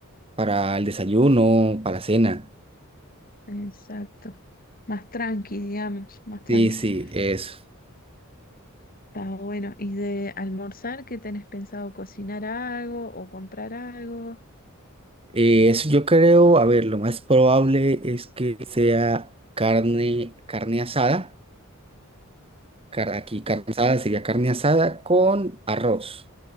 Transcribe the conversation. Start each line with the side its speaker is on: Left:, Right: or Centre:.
Right: para el desayuno, para la cena.
Left: exacto. Más tranqui, digamos, más tranqui.
Right: Sí, sí, eso.
Left: Está bueno. ¿Y de almorzar, qué tenés pensado? ¿Cocinar algo o comprar algo?
Right: Eh, eso yo creo, a ver, lo más probable es que sea carne, carne asada. car- aquí carne asada sería carne asada con arroz.